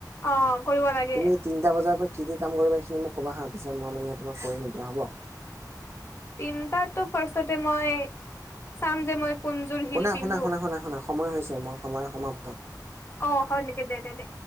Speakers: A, on the left; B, on the right.
A: অ কৰিব লাগে।
B: তুমি তিনটা বজাৰ পৰা কি কাম কৰিব এইখিনি মোক ক'বা, পিছে মই মানে তোমাক কৰিম এতিয়া হ'ব।
A: তিনিটাতো ৰ্ফাষ্টতে মই চাম যে মই কোনযোৰ শিল
B: শুনা
A: পিন্ধো
B: শুনা শুনা শুনা শুনা সময় হৈছে মোৰ সময় সমাপ্ত।
A: আহ হয় নেকি দে দে দে।